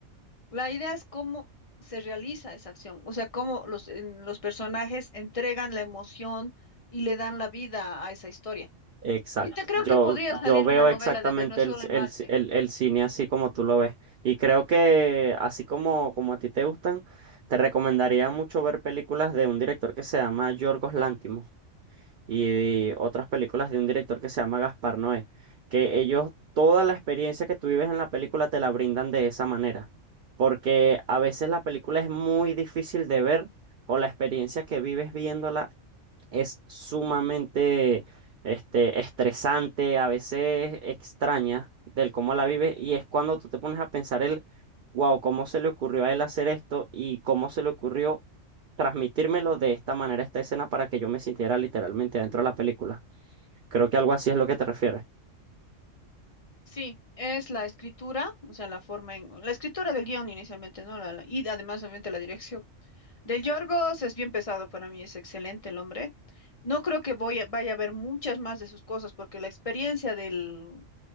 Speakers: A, on the left; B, on the right.
A: La idea es cómo se realiza esa acción, o sea, cómo los, en- los personajes entregan la emoción y le dan la vida a esa historia.
B: Exacto.
A: Y te creo
B: Yo,
A: que podría
B: yo
A: salir
B: veo
A: una novela
B: exactamente
A: de Venezuela
B: el,
A: en
B: el,
A: Marte.
B: el- el cine así como tú lo ves. Y creo que así como, como a ti te gustan, te recomendaría mucho ver películas de un director que se llama Yorgos Lanthimos y otras películas de un director que se llama Gaspar Noé, que ellos toda la experiencia que tú vives en la película te la brindan de esa manera, porque a veces la película es muy difícil de ver o la experiencia que vives viéndola es sumamente este, estresante, a veces extraña del cómo la vive, y es cuando tú te pones a pensar el, wow, ¿cómo se le ocurrió a él hacer esto y cómo se le ocurrió transmitírmelo de esta manera, esta escena, para que yo me sintiera literalmente dentro de la película? Creo que algo así es lo que te refieres,
A: Sí, es la escritura, o sea, la forma en, la escritura del guión inicialmente, ¿no? La, la- y además, obviamente, la dirección. Del Yorgos es bien pesado para mí, es excelente el hombre. No creo que voy a- vaya a ver muchas más de sus cosas porque la experiencia del,